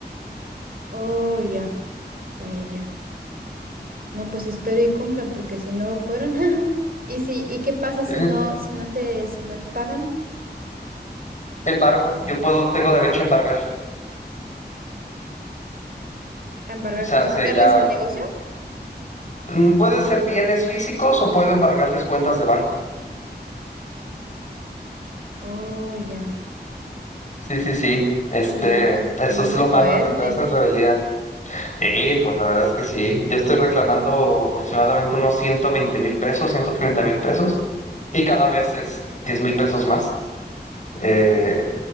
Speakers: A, on the right; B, on the left.
A: Oh, ya. Ya, ya, ya. No, pues espero y cumplan porque si no fueron. <laughs> ¿Y si, y qué pasa si
B: Eh,
A: no, si no te, si no te pagan?
B: Embargo, yo puedo, tengo derecho a embargar.
A: ¿Embargar
B: O sea,
A: como
B: se
A: quitarles
B: ya
A: el negocio?
B: mm, puede ser bienes físicos o puedo embargarles cuentas de banco.
A: Oh, ya.
B: Sí, sí, sí. Este,
A: No, no manches,
B: eso
A: está yendo
B: es lo
A: fuerte.
B: malo de declararse en rebeldía. Y pues la verdad es que sí. Yo estoy reclamando aproximadamente unos ciento veinte mil pesos, ciento treinta mil pesos, y cada vez es diez mil pesos más. eh,